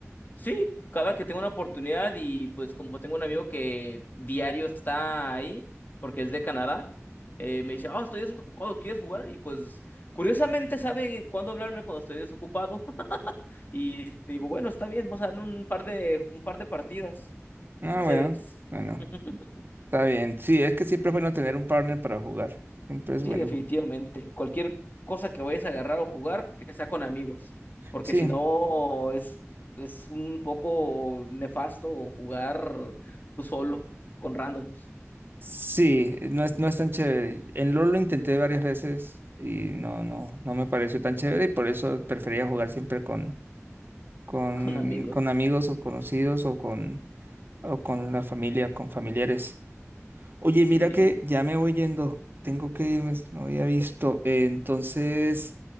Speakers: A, on the left; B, on the right.
A: Sí, cada que tengo una oportunidad y pues como tengo un amigo que diario está ahí, porque es de Canadá, eh, me dice, oh, estoy desocupado, ¿quieres jugar? Y pues curiosamente sabe cuándo hablarme cuando estoy desocupado. <laughs> Y digo, bueno, está bien, vamos a darle un par de, un par de partidas.
B: Ah,
A: Entonces...
B: bueno, bueno,
A: <laughs>
B: está bien. Sí, es que siempre es bueno tener un partner para jugar. Siempre es bueno.
A: Sí, definitivamente. Cualquier cosa que vayas a agarrar o jugar, que sea con amigos, porque
B: Sí,
A: si no es, es un poco nefasto jugar tú solo, con randoms,
B: Sí, no es, no es tan chévere. En LoL lo intenté varias veces y no, no, no me pareció tan chévere y por eso prefería jugar siempre con, con,
A: <laughs> con amigos.
B: con amigos o conocidos o con, o con la familia, con familiares. Oye,
A: Sí,
B: mira que ya me voy yendo, tengo que irme, no había visto. Eh, entonces,